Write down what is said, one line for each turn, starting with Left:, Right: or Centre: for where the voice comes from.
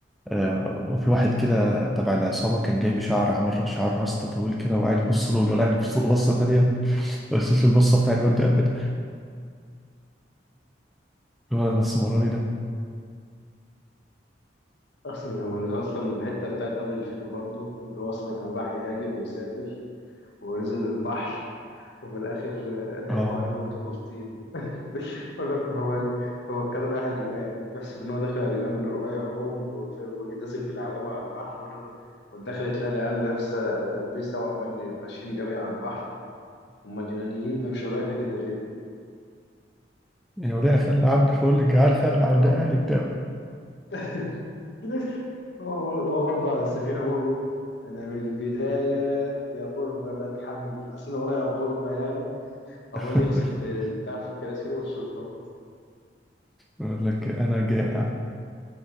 Centre: آه وفي واحد كده تبع العصابه كان جايب شعر عامل شعر راستا طويل كده وقاعد يبص له ولا قاعد يبص له بصه تانيه <laughs> بس مش البصه بتاع الواد ده ابدا اللي هو الاسمراني ده
Left: اصلا هو اصلا الحته بتاعت اول الفيلم برضو اللي هو اصلا كان راح يهاجر ويسافر ونزل البحر وفي الاخر آه، ضحكوا
Centre: اه
Left: عليه وودوه بلطيم <laughs> يقول لك هو هو كان رايح اليونان بيحسب ان هو داخل على اليونان وإن قريب عوم ونازل بالعوامه على البحر ويقول له ودخل تلاقي العيال لابسه البسه وعمال ماشيين جري على البحر يقول له، هم اليونانيين بقى مش رايحنا كده ليه؟
Centre: يا وليه خلي عندي فقول لك جعان خلي عند
Left: اه
Centre: اهلك ده
Left: <laughs> هو هو برضه على السفينة هو بيقول أنا من البداية يا غربة بتحمل أصل أنا ورايا غربة يعني عمال
Centre: <laughs>
Left: يغسل في البتاع في الكراسي والشرطة
Centre: يقول لك انا جائع